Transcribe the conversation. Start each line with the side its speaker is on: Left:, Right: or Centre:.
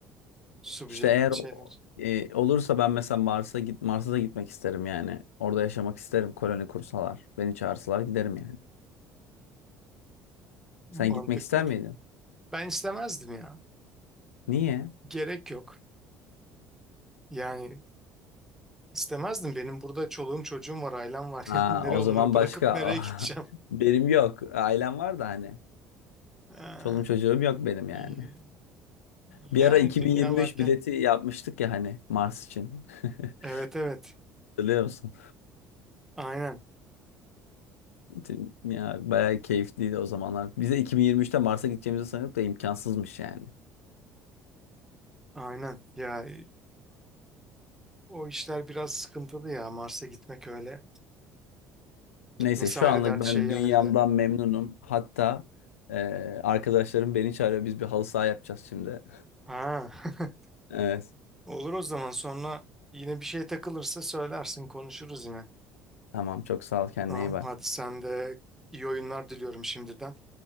Centre: subjektif
Left: İşte eğer
Centre: şeyler.
Left: o- e, olursa ben mesela Mars'a git Mars'a da gitmek isterim yani. Orada yaşamak isterim koloni kursalar. Beni çağırsalar giderim yani.
Centre: Mantıklı.
Left: Sen gitmek ister miydin?
Centre: Ben istemezdim ya.
Left: Niye?
Centre: Gerek yok. Yani istemezdim. Benim burada çoluğum çocuğum var ailem var.
Left: Ha,
Centre: <laughs> Yani nereye
Left: o
Centre: onları
Left: zaman
Centre: bırakıp
Left: başka.
Centre: nereye gideceğim?
Left: <laughs> Benim yok. Ailem var da hani.
Centre: Ha,
Left: Çoluğum çocuğum yok benim yani.
Centre: i- Yani
Left: Bir ara 2023
Centre: dünya varken.
Left: bileti yapmıştık ya hani Mars için. <laughs>
Centre: Evet evet.
Left: Biliyor musun?
Centre: Aynen.
Left: Tüm- Ya bayağı keyifliydi o zamanlar. Bize 2023'te Mars'a gideceğimizi sanıyorduk da imkansızmış yani.
Centre: Aynen. Ya o işler biraz sıkıntılı ya. Mars'a gitmek öyle.
Left: Neyse
Centre: Nesi
Left: şu
Centre: ayrı
Left: anlık
Centre: dert ayrı.
Left: ben
Centre: şeyi
Left: dünyamdan
Centre: ayrı dert.
Left: memnunum. Hatta e, arkadaşlarım beni çağırıyor. Biz bir halı saha yapacağız şimdi. <laughs>
Centre: Ha. <laughs>
Left: Evet.
Centre: Olur o zaman sonra yine bir şey takılırsa söylersin konuşuruz yine.
Left: Tamam çok sağ ol kendine
Centre: Tamam
Left: iyi bak.
Centre: hadi sen de iyi oyunlar diliyorum şimdiden.